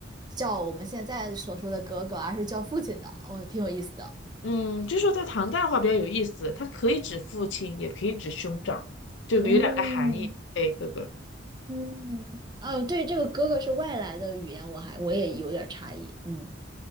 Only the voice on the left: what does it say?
嗯，就说在唐代的话比较有意思，它可以指父亲，也可以指兄长，就有两个含义。
对，哥哥。